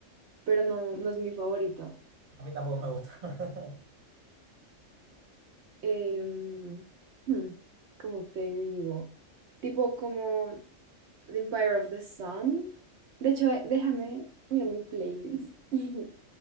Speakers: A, on the right; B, on the right.
A: pero no, no es mi favorito.
B: A mí tampoco me gusta. <laughs>
A: Em, hmm, ¿cómo te digo? Tipo como The Empire of the Sun. De hecho, eh, déjame, mira mi playlist. <laughs>